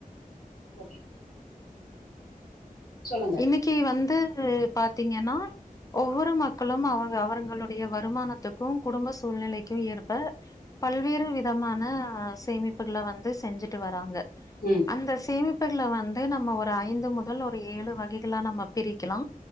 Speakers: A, on the left (about 80°); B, on the left (about 25°).
A: ஓகே சொல்லுங்க
B: இன்னைக்கி வந்து <unintelligible> பாத்தீங்கன்னா ஒவ்வொரு மக்களும் அவங்க அவர்ங்களுடைய வருமானத் துக்கு குடும்ப சூழ்நிலைக்கு ஏற்ப பல்வேறு விதமான சேமிப் புகள வந்து செஞ்சுட்டு வராங்க
A: ம்
B: அந்த சேமி ப்புக்ல வந்து நம்ம ஒரு ஐந்து முதல் ஒரு ஏழு வகைகளா நம்ம பிரிக்கலா